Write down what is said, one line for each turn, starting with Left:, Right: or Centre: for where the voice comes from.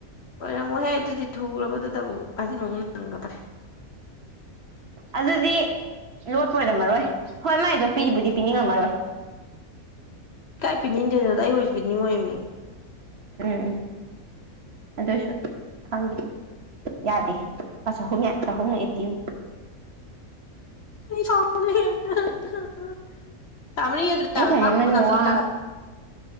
Left: ꯑꯣꯏꯔꯝꯃꯣꯏꯍꯦ ꯑꯗꯨꯗꯤ ꯊꯨꯒ꯭ꯔꯕꯗꯨꯗ ꯑꯃꯨꯛ ꯍꯥꯏꯖꯤꯟꯕ ꯑꯃꯨꯛ ꯅꯪꯒꯗ꯭ꯔ
Right: ꯑꯗꯨꯗꯤ ꯂꯣꯠꯄ ꯑꯣꯏꯔꯝꯃꯔꯣꯏ ꯍꯣꯏ ꯃꯥꯏꯗꯣ ꯄꯤꯕꯨꯗꯤ ꯄꯤꯅꯤꯡꯉꯝꯃꯔꯣꯏ
Left: ꯀꯥꯏ ꯄꯤꯅꯤꯡꯗꯣꯏꯅꯣꯗ ꯑꯩ ꯑꯣꯏꯖꯨ ꯄꯤꯅꯤꯡꯉꯣꯏꯃꯤ
Right: ꯎꯝ ꯑꯗꯣꯏꯁꯨ ꯈꯪꯗꯦ ꯌꯥꯗꯦ ꯂꯨꯄꯥ ꯆꯍꯨꯝꯌꯥ ꯆꯍꯨꯝ ꯑꯩꯠꯇꯤꯕꯨ
Left: ꯑꯩ ꯁꯥꯎꯅꯤꯡꯉꯦ
Right: <inaudible>
Left: <unintelligible>
Right: ꯑꯩꯅ ꯈꯜꯂꯦ ꯅꯪ ꯋꯥ